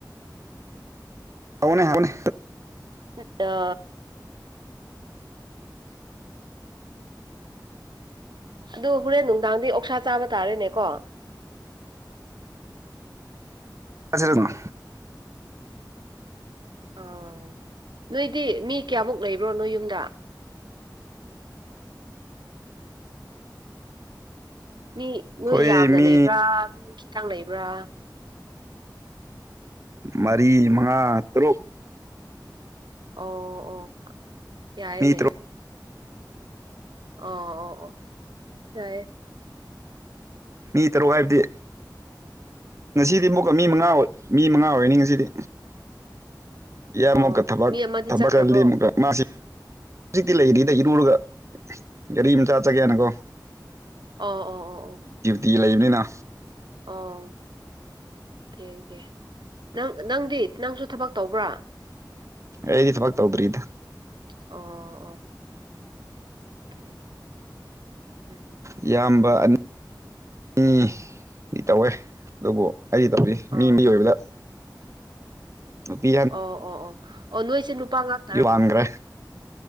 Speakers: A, on the right; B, on the right.
A: ꯍꯥꯎꯅꯦ ꯍꯥꯏꯕꯅꯦ
B: ꯠꯇ ꯑꯗꯨ ꯍꯣꯔꯦꯟ ꯅꯨꯡꯗꯥꯡꯗꯤ ꯑꯣꯛꯁꯥ ꯆꯥꯕ ꯇꯥꯔꯦꯅꯦ ꯀꯣ
A: ꯀꯥꯔꯖꯂꯣꯅꯥ
B: ꯑ ꯅꯣꯏꯗꯤ ꯃꯤ ꯀꯌꯥꯃꯨꯛ ꯂꯩꯕ꯭ꯔꯣ ꯅꯣꯏ ꯌꯨꯝꯗ ꯃꯤ
A: ꯑꯩꯈꯣꯏ
B: ꯅꯣꯏ ꯌꯥꯝꯅ
A: ꯃꯤ
B: ꯂꯩꯕ꯭ꯔꯥ ꯃꯤ ꯈꯤꯇꯪ ꯂꯩꯕ꯭ꯔꯥ
A: ꯃꯔꯤ ꯃꯉꯥ ꯇꯔꯨꯛ
B: ꯑꯣ ꯑꯣ ꯌꯥꯏꯅꯦ
A: ꯃꯤ ꯇꯔꯨꯛ
B: ꯑꯣ ꯑꯣ ꯑꯣ ꯍꯌꯦ
A: ꯃꯤ ꯇꯔꯨꯛ ꯍꯥꯏꯕꯗꯤ ꯉꯁꯤꯗꯤ ꯑꯃꯨꯛꯀ ꯃꯤ ꯃꯉꯥ ꯃꯤ ꯃꯉꯥ ꯑꯣꯏꯔꯅꯤ ꯉꯁꯤꯗꯤ ꯏ ꯑꯃꯨꯛꯀ
B: ꯑꯣ
A: ꯊꯕꯛ
B: ꯃꯤ ꯑꯃꯗꯤ
A: ꯊꯕꯛꯗꯤ
B: ꯆꯠꯈ꯭ꯔꯕ꯭ꯔꯣ
A: ꯑꯃꯨꯛꯀ ꯃꯥꯁꯤ ꯍꯧꯖꯤꯛꯇꯤ ꯂꯩꯔꯤꯗ ꯏꯔꯨꯔꯒ ꯒꯥꯔꯤ ꯑꯃꯝ ꯆꯠ ꯆꯒꯦꯅꯀꯣ
B: ꯑꯣ ꯑꯣ ꯑꯣ ꯑꯣ
A: ꯗ꯭ꯌꯨꯇꯤ ꯂꯩꯕꯅꯤꯅ
B: ꯑꯣꯀꯦꯀꯦ ꯅꯪ ꯅꯪꯗꯤ ꯅꯪꯁꯨ ꯊꯕꯛ ꯇꯧꯕ꯭ꯔꯥ
A: ꯑꯦꯗꯤ ꯊꯕꯛ ꯇꯧꯗꯔ꯭ꯤꯗ꯫
B: ꯑꯣ ꯑꯣ ꯑꯣꯀꯦ ꯎꯝ꯫
A: ꯏꯌꯥꯝꯕ ꯑꯅꯤ ꯑꯅꯤ ꯇꯧꯋꯦ ꯑꯗꯨꯕꯨ ꯑꯩ ꯇꯧꯔꯤ꯫ ꯃꯤ
B: ꯑꯥ
A: ꯃꯤ ꯑꯣꯏꯕꯗ꯫ ꯅꯨꯄꯤ
B: ꯑꯣ ꯑꯣ ꯑꯣ ꯑꯣ ꯅꯣꯏꯁꯦ ꯅꯨꯄꯥ ꯉꯥꯛ꯫
A: ꯏꯋꯥꯡꯒ꯭ꯔꯦ꯫